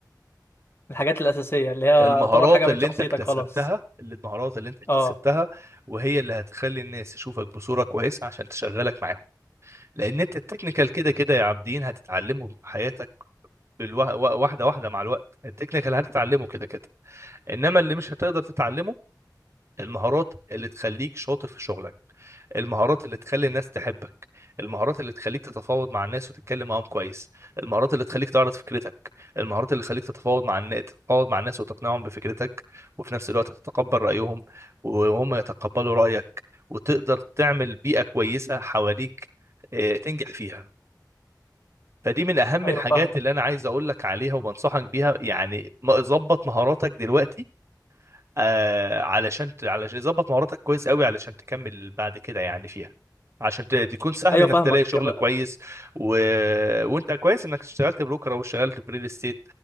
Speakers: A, on the left (about 35°); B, on the right (about 40°).
A: <laughs> الحاجات الأساسية اللي هي
B: المهارات
A: يعتبر حاجة
B: اللي
A: من شخصيتك
B: انت اكتسبتها
A: خلاص
B: اللي المهارات اللي انت اكتسبتها
A: اه
B: وهي اللي هتخلي الناس تشوفك بصورة كويسة عشان تشغلك معاهم لان انت التكنيكال كده كده يا عابدين هتتعلمه في حياتك بالوا- وا- واحدة واحدة مع الوقت التكنيكال هتتعلمه كده كده انما اللي مش هتقدر تتعلمه المهارات اللي تخليك شاطر في شغلك المهارات اللي تخلي الناس تحبك المهارات اللي تخليك تتفاوض مع الناس وتتكلم معاهم كويس المهارات اللي تخليك تعرض فكرتك المهارات اللي تخليك تتفاوض مع الناس تتفاوض مع الناس وتقنعهم بفكرتك وفي نفس الوقت تتقبل رأيهم وهم يتقبلوا رأيك وتقدر تعمل بيئة كويسة حواليك آه، تنجح فيها فدي من أهم
A: أيوه
B: الحاجات
A: فاهمك
B: اللي أنا عايز أقول لك عليها وبنصحك بيها يعني ما- ظبط مهاراتك دلوقتي آه علشان ت- علشان ظبط مهاراتك كويس قوي علشان تكمل بعد كده يعني فيها عشان ت- تكون سهل
A: أيوه
B: انك
A: فاهمك
B: تلاقي شغل
A: ب-
B: كويس و... وانت كويس انك اشتغلت بروكر او اشتغلت في ريل استيت